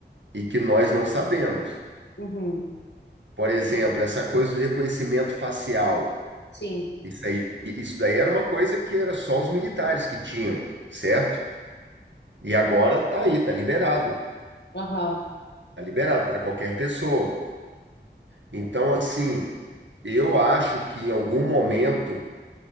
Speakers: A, on the right; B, on the left.
A: e que nós não sabemos.
B: Uhum.
A: Por exemplo, essa coisa do reconhecimento facial.
B: Sim.
A: Isso aí, isso daí era uma coisa que era só os militares que tinham, certo? E agora tá aí, tá liberado.
B: Aham.
A: Tá liberado para qualquer pessoa. Então, assim, eu acho que em algum momento